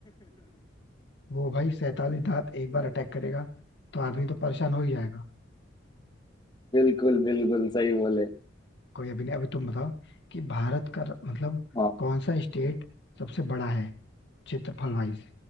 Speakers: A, on the left; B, on the left.
A: वो भाई सैतालीस दांत एक बार
B: <laughs>
A: अटैक करेगा तो आदमी तो परेशान हो ही जाएगा
B: बिल्कुल बिल्कुल सही बोले
A: कोई अभी नहीं अभी तुम बताओ कि भारत का मतलब
B: हाँ
A: कौन सा स्टेट सबसे बड़ा है क्षेत्रफल वाइज